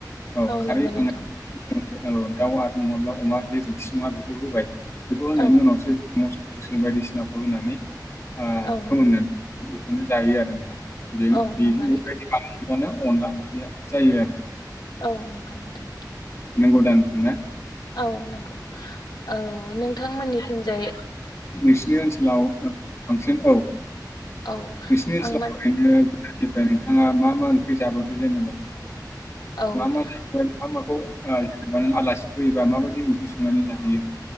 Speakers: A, on the left; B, on the left.
A: औ खारै
B: नंगौ
A: होखांनाय
B: नोंथां
A: औ दाउ आरो नङाब्ला अमा बेे जोंखि नङा बेखौ होबाय, बेखौ होनायनि
B: औ
A: उनावसो, मस्ला मस्लि बायदिसिनाखौ होनानै ओ
B: औ
A: फोमोननानै बेखौनो जायो आरो नोंथां। बे
B: औ
A: बे
B: नंगौ
A: बेबायदि
B: नोंथां
A: खालामबानो अनला ओंख्रिया जायो आरो।
B: औ नंगौ नोंथां।
A: नंगौ दा ना?
B: औ नंगौ औ नोंथां मोननिथिं जानाय,
A: नोंसिनि ओनसोलाव बांसिन औ,
B: औ
A: नोंसिनि ओनसोलाव
B: आं मान
A: ओरैनो, जायनिफ्राय नोंथाङा मा मा ओंख्रि जाबोखो, जेनेबा
B: औ
A: मा माखौ ओ जेनेबा नों आलासि, फोयोबा माबायदि ओंख्रि संनानै जाहोयो,